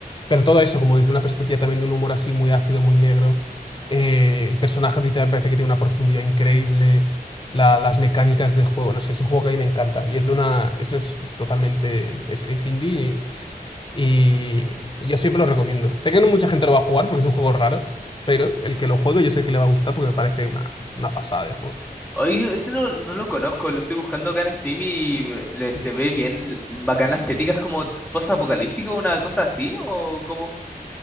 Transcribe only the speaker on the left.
Pero todo eso como desde una perspectiva también de un humor así muy ácido, muy negro. Eh, el personaje principal me parece que tiene una profundidad increíble. la- las mecánicas de juego, no sé, es un juego que a mí me encanta. Y es de una, eso es, es totalmente, es, es indie y yo siempre lo recomiendo. Sé que no mucha gente lo va a jugar porque es un juego raro, pero el que lo juegue yo sé que le va a gustar porque me parece una, una pasada de juego.